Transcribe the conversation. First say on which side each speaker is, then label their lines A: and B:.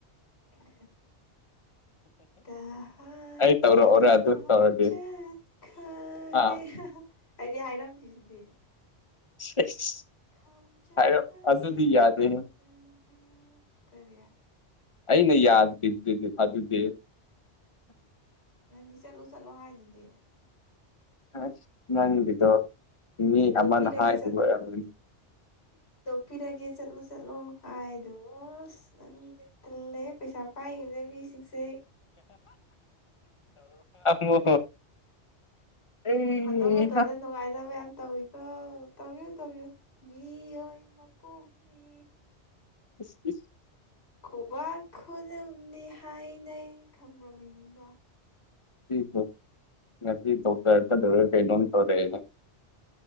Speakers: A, on the left; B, on the left.
A: ꯀ ꯇꯍ
B: ꯑꯩ ꯇꯧꯔꯛꯑꯣꯔ
A: ꯇꯍ
B: ꯑꯗꯨ ꯇꯧꯔꯗꯤ
A: ꯆꯠ ꯈ
B: ꯑꯥ
A: ꯑꯔꯦ ꯍꯥꯏꯗꯤ ꯍꯥꯏꯔꯝꯃꯤꯁꯤꯗꯤ
B: <inaudible>
A: ꯈꯥꯝꯖꯕꯁꯨ
B: ꯍꯥꯏꯔ ꯑꯗꯨꯗꯤ
A: ꯉꯝꯗꯅ
B: ꯌꯥꯗꯦꯍꯦ
A: ꯀꯔꯤꯌꯥ
B: ꯑꯩꯅ ꯌꯥꯗ꯭ꯔꯤꯗꯨꯗꯤ ꯑꯗꯨꯗꯤ
A: ꯅꯪꯗꯤ ꯆꯠꯂꯣ ꯆꯠꯂꯣ ꯍꯥꯏꯗꯨꯗꯤ
B: ꯑꯁ ꯅꯪꯕꯤꯗꯣ ꯃꯤ
A: ꯊꯤꯟꯗꯣꯛꯄꯤꯔꯒꯦ
B: ꯑꯃ ꯅ ꯍꯥꯏꯗꯨ ꯑꯣꯏꯣꯏꯔꯝ
A: ꯄꯤꯔꯒꯦ ꯆꯠꯂꯣ ꯆꯠꯂꯨ ꯍꯥꯏꯗꯣ ꯅꯪ ꯆꯠꯇ ꯂꯩꯦ ꯄꯩꯁꯥ ꯄꯥꯏꯗꯦ ꯃꯤ ꯁꯤꯛꯁꯦ
B: ꯃꯣ ꯎꯝ
A: ꯃꯇꯣꯝ ꯃꯇꯣꯝꯗ ꯅꯨꯡꯉꯥꯏꯅꯕ ꯌꯥꯝ ꯇꯧꯋꯤꯀꯣ ꯇꯧꯕꯤꯌꯨ ꯇꯧꯤꯌꯨ ꯏꯍꯣꯏ ꯃꯄꯣꯛꯅꯤ
B: ꯢꯁ ꯢꯁ
A: ꯈꯨꯕꯥꯛ ꯈꯨꯅꯝꯅꯤ ꯍꯥꯏꯅꯩ ꯈꯪꯕ꯭ꯔ ꯃꯤꯅꯤꯡꯗꯣ
B: ꯁꯨ ꯇ ꯗ ꯆꯠꯂꯔꯣꯢꯀꯩꯅꯣ ꯇꯧꯔꯦꯅ